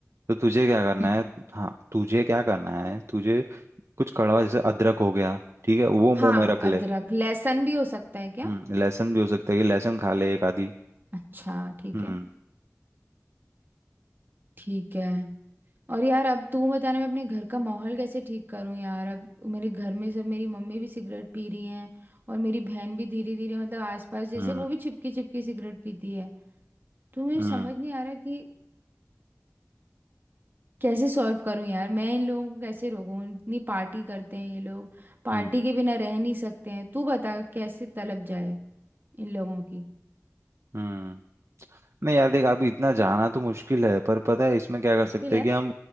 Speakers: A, on the right; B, on the right.
A: तो तुझे क्या करना
B: हम्म,
A: है हाँ तुझे क्या करना है तुझे कुछ कड़वा जैसे अदरक हो गया ठीक है वो मुंह
B: हाँ
A: में रख ले
B: अदरक लहसुन भी हो सकता है क्या
A: हम्म लहसुन भी हो सकता है कि लहसुन खा ले एक आधी
B: अच्छा ठीक
A: हम्म
B: है ठीक है और यार अब तू बताना मैं अपने घर का माहौल कैसे ठीक करूं यार अब मेरे घर में सब मेरी मम्मी भी सिगरेट पी रही हैं और मेरी बहन भी धीरे धीरे मतलब आसपास जैसे
A: हम्म
B: वो भी चिपकी चिपकी सिगरेट पीती है तो मुझे
A: हम्म
B: समझ नहीं आ रहा कि कैसे सॉल्व करूं यार मैं इन लोगों को कैसे रोकूं इतनी पार्टी करते हैं ये लोग पार्टी
A: हम्म
B: के बिना रह नहीं सकते हैं तू बता कैसे तलब जाए इन लोगों की
A: हम्म। नहीं यार देख अभी इतना जाना तो मुश्किल है पर पता है इसमें क्या कर
B: मुश्किल
A: सकते हैं
B: है
A: कि हम